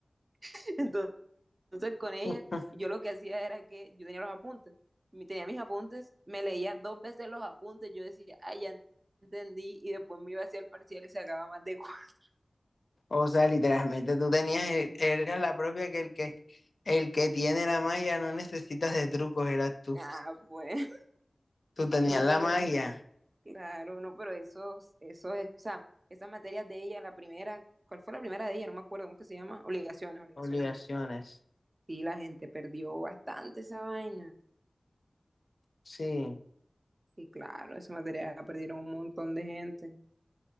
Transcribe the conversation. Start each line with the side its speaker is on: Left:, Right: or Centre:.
Right: <laughs> Entonces con ella,
Left: <laughs>
Right: yo lo que hacía era que yo tenía los apuntes, mi- tenía mis apuntes, me leía dos veces los apuntes, yo decía, ay, ya entendí, y después me iba hacia el parcial y sacaba más de cuatro. <laughs>
Left: O sea, literalmente tú tenías, el- eras la propia que el que, el que tiene la magia no necesitas de trucos, eras tú.
Right: Ah, pues,
Left: Tú tenías
Right: no,
Left: la
Right: pero,
Left: magia,
Right: claro, no, pero esos, esos, o sea, esas materias de ella, la primera, ¿cuál fue la primera de ella? No me acuerdo, ¿cómo que se llama? Obligaciones, obligaciones
Left: obligaciones.
Right: uno. Sí, la gente perdió bastante esa vaina.
Left: Sí.
Right: Sí, claro, esa materia la perdieron un montón de gente.